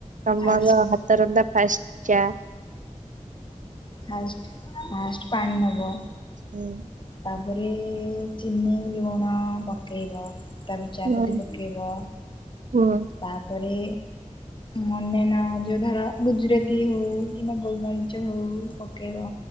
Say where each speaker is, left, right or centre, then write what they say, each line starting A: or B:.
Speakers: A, on the right; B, on the left.
A: ତମର
B: ଫାଷ୍ଟ
A: ହାତ ରନ୍ଧା। ଫାର୍ଷ୍ଟ ଚା।
B: ଫାଷ୍ଟ୍ ଫାଷ୍ଟ୍ ପାଣି ନବ।
A: ହୁଁ।
B: ତାପରେ ଚିନି ଲୁଣ ପକେଇବ। ତାପରେ ଚାପତି
A: ହୁଁ
B: ପକେଇବ
A: ହୁଁ।
B: ତାପରେ ମନେ ନା ଯୋଉ ଧର ଗୁଜୁରାତି ହଉ କିମ୍ବା ଗୋଲମରିଚ ହଉ। ପକେଇବ